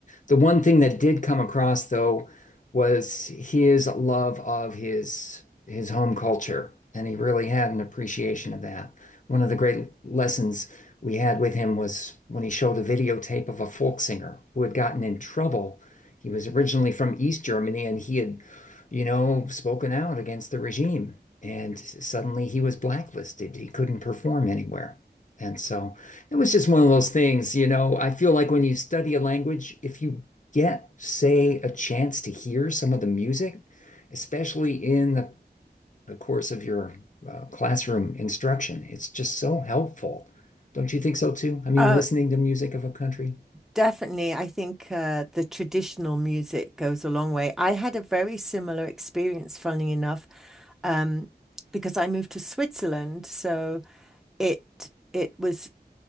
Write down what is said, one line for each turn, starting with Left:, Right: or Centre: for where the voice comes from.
Left: The one thing that did come across though was his love of his his home culture, and he really had an appreciation of that. One of the great lessons we had with him was when he showed a videotape of a folk singer who had gotten in trouble. He was originally from East Germany and he had, you know, spoken out against the regime. And suddenly he was blacklisted. He couldn't perform anywhere. And so it was just one of those things, you know. I feel like when you study a language, if you get, say, a chance to hear some of the music, especially in the, the course of your uh, classroom instruction, it's just so helpful. Don't you think so too? I mean,
Centre: Uh,
Left: listening to music of a country.
Centre: Definitely, I think uh, the traditional music goes a long way. I had a very similar experience, funnily enough, um, because I moved to Switzerland. So it it was